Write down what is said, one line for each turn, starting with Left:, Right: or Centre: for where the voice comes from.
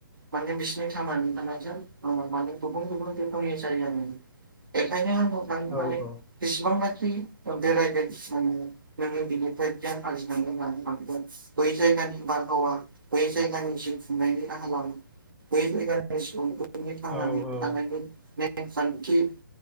Right: माने बिसिनि थांनानै थानायजों मानि गुबुन गुबुन रोखोमनि जायो आरो। एखायनो <unintelligible>
Centre: औ
Right: माने
Centre: औ
Right: बेसेबांनाखि बेरायगोन जिसेबांनो नोङो बिनिफ्राय गियान आरजिनांनै मानो हगोन। बै जायगानि बारहावा बै जायगानि जिउ खुंनायनि राहा लामा बै जायगा सुबुंफोरनि थांनानै
Centre: औ औ
Right: थानाय नेमखान्थि